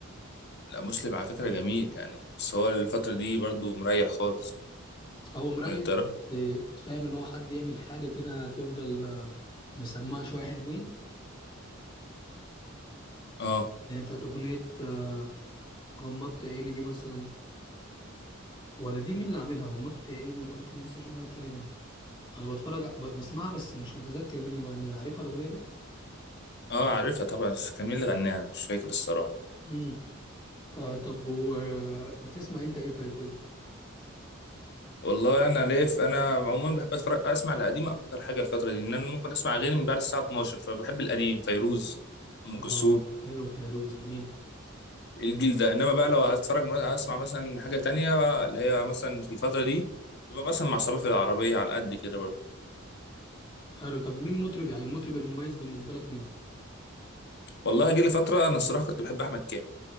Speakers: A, on the left (about 55°); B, on the left (about 25°).
A: لا مسلم على فكرة جميل يعني بس هو الفترة دي برضو مريح خالص
B: هو مريح
A: وانت رأ-
B: بس تفهم اللي هو حد يعمل حاجة كده تفضل آه، مسمعة شوية حلوين
A: اه
B: يعني بتاعت أغنية آه، غمضت عيني دي مثلا ولا دي مين اللي عاملها غمضت عيني وقلت نفسي أشوفها تاني دي أنا بتفرج ب- بسمعها بس مش متذكر مين اللي مغنيها عارفها الأغنية دي؟
A: اه عارفها طبعا بس كان مين اللي غناها أنا مش فاكر الصراحة
B: امم آه طب و بتسمع أنت إيه طيب قول لي
A: والله انا ليف انا عموما بحب اتفرج اسمع القديم اكتر حاجة الفترة دي ان انا ممكن اسمع غير من بعد الساعة 12 فبحب القديم فيروز
B: آه
A: ام كلثوم
B: حلو فيروز جميل
A: الجيل ده انما بقى لو هتفرج اسمع مثلا حاجة تانية اللي هي مثلا في الفترة دي تبقى مثلا مع صباح في العربية على قد كده برضه
B: حلو طب مين مطرب يعني المطرب المميز بالنسبة لك مين؟
A: والله جه لي فترة انا الصراحة كنت بحب احمد كامل